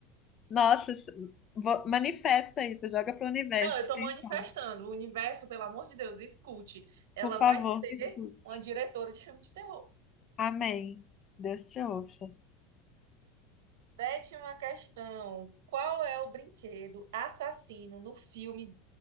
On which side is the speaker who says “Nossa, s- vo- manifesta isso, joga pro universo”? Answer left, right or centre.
Left